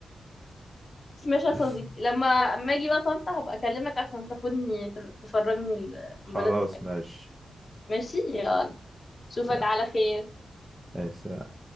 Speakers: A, on the left; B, in the centre.
A: بس ماشي يا
B: <laughs>
A: صديقي لما اما اجي بقى طنطا هبقى اكلمك عشان تاخدني تف- تفرجني ال-
B: خلاص
A: البلد بتاعتك
B: ماشي
A: ماشي يلا اشوفك
B: سلام.
A: على خير
B: ماشي.